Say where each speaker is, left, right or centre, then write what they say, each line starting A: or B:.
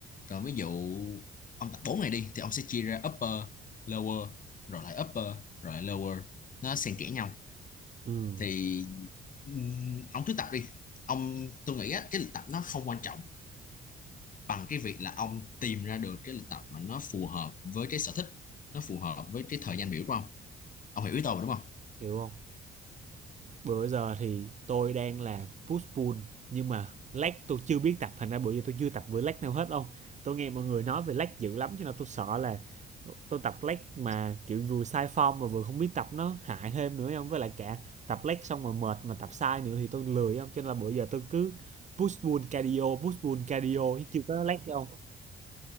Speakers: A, on the left; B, on the right.
A: còn ví dụ ông tập 4 ngày đi thì ông sẽ chia ra upper lower rồi lại upper rồi lại lower nó xen kẽ nhau
B: Ừm.
A: thì ừm, ông cứ tập đi ông tôi nghĩ á, cái lịch tập nó không quan trọng bằng cái việc là ông tìm ra được cái lịch tập mà nó phù hợp với cái sở thích nó phù hợp với cái thời gian biểu của ông ông hiểu ý tôi mà, đúng không
B: Hiểu không? bữa giờ thì tôi đang làm push pull nhưng mà lag tôi chưa biết tập thành ra bữa giờ tôi chưa tập bữa lag nào hết đâu tôi nghe mọi người nói về lag dữ lắm cho nên tôi sợ là tôi tập lag mà kiểu vừa sai form mà vừa không biết tập nó hại thêm nữa không với lại cả tập lag xong rồi mệt mà tập sai nữa thì tôi lười không cho nên là bữa giờ tôi cứ push pull cardio push pull cardio chứ chưa có lag không